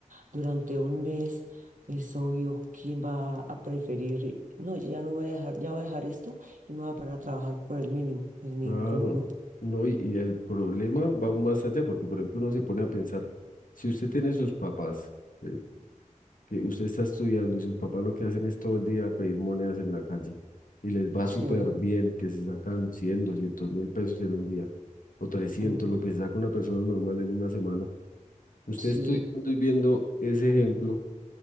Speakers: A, on the right; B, on the left.
A: durante un mes, es obvio quién va a preferir, no, yo ya no voy a dejar, ya voy a dejar esto y me voy a poner a trabajar por el mínimo. Pues ninguno.
B: claro, no, y, y el problema va aún más allá, porque por ejemplo uno se pone a pensar, si usted tiene sus papás, ¿sí? que usted está estudiando y sus papás lo que hacen es todo el día pedir monedas en la calle y les va
A: Sí,
B: súper bien, que se sacan 100, 200 mil pesos en un día, o trescientos
A: ujú,
B: lo que se saca una persona normal en una semana Usted
A: sí.
B: estudiando y viendo ese ejemplo,